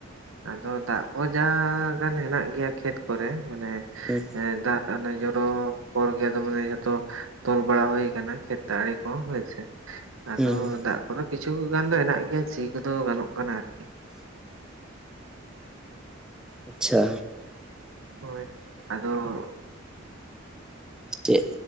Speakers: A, on the right; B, in the centre.
A: ᱟᱫᱚ ᱫᱟᱜ ᱠᱚ ᱡᱟᱜᱟᱱ ᱦᱮᱱᱟ ᱜᱮᱭᱟ ᱠᱷᱮᱛ ᱠᱚᱨᱮ ᱢᱟᱱᱮ
B: ᱦᱩᱸ
A: ᱦᱮᱸ ᱫᱟᱜ ᱟ ᱫᱚᱭ ᱡᱚᱨᱚ ᱯᱚᱨ ᱜᱮ ᱫᱚ ᱢᱟᱱᱮ ᱡᱚᱛᱚ ᱛᱚᱞ ᱵᱟᱲᱟ ᱦᱩᱭ ᱠᱟᱱᱟᱭ ᱠᱷᱮᱛ ᱟᱲᱮ ᱠᱚ ᱦᱳᱭ ᱥᱮ ᱟᱫᱚ
B: ᱦᱩᱸ
A: ᱫᱟᱜ ᱠᱚᱫᱚ ᱠᱤᱪᱷᱩ ᱜᱟᱱ ᱫᱚ ᱦᱮᱱᱟᱜ ᱜᱮᱭᱟ ᱥᱤ ᱠᱚᱫᱚ ᱜᱟᱱᱚᱜ ᱠᱟᱱᱟ ᱟᱨᱠᱤ
B: ᱟᱪᱷᱟ
A: ᱦᱳᱭ ᱟᱫᱚ
B: ᱪᱮᱫ